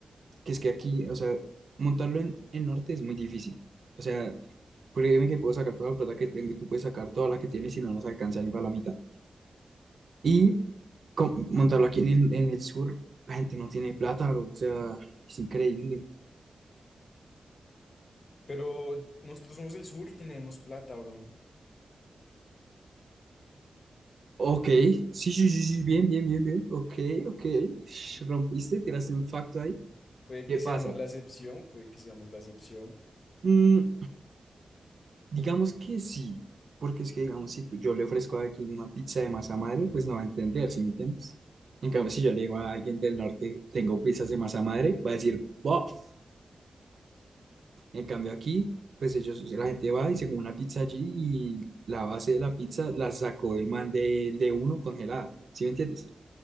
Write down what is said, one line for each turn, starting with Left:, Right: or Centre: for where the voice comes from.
Right: que es que aquí, o sea, montarlo en el norte es muy difícil. O sea, créeme que puedo sacar toda la plata que tengo y tú puedes sacar toda la que tienes y no nos alcanza ni para la mitad. Y con- montarlo aquí en el, en el sur, la gente no tiene plata, bro, O sea, es increíble.
Left: Pero nosotros somos del sur y tenemos plata, bro.
Right: Ok, sí, sí, sí, sí, bien, bien, bien, bien. Ok, ok. Sh,
Left: Sí.
Right: Rompiste, tiraste un facto
Left: Pu-
Right: ahí.
Left: puede
Right: ¿Qué
Left: que
Right: pasa?
Left: seamos la excepción, puede que seamos la excepción.
Right: Mm, Digamos que sí, porque es que, digamos, si tú- yo le ofrezco a alguien una pizza de masa madre, pues no va a entender, ¿sí me entiendes? En cambio, si yo le digo a alguien del norte, tengo pizzas de masa madre, va a decir, bof. En cambio, aquí, pues ellos, la gente va y se come una pizza allí y la base de la pizza la sacó el man del de uno congelada, ¿sí me entiendes?